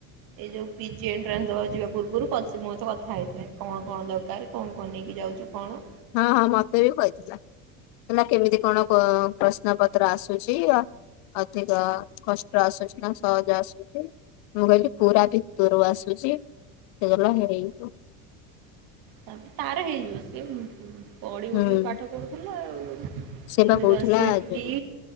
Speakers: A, on the right; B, on the left.
A: ଏ ଯଉ ପିଜି ଏଣ୍ଟ୍ରାନ୍ସ ଦବାକୁ ଯିବା ପୂର୍ବରୁ ପଚିମ୍। ତ କଥା ହେଇଥିଲେ କଣ କଣ ଦରକାର କଣ କଣ ନେଇକି ଯାଉଛୁ କଣ।
B: ହଁ ହଁ ମତେ ବି କହିଥିଲା ହେଲା କେମିତି କଣ ଅ ପ୍ରଶ୍ନ ପତ୍ର ଆସୁଛି ଆ ଅଧିକ କଷ୍ଟ ଆସୁଛି ନା ସହଜ ଆସୁଛି ମୁଁ କହିଲି ପୁରା ଭିତରୁ ଆସୁଛି ସେ କହିଲା ହେଇଯିବ।
A: ତାପରେ ତାର ହେଇଯିବ ସିଏ ଉମ। ପଡି
B: ହୁଁ।
A: ଉଠିକି ପାଠ ପଢୁଥିଲା। ଉ। ଏଇନା
B: ସେ ବା କହୁଥିଲା
A: ତା ସି
B: ଯୋଉ
A: ଟି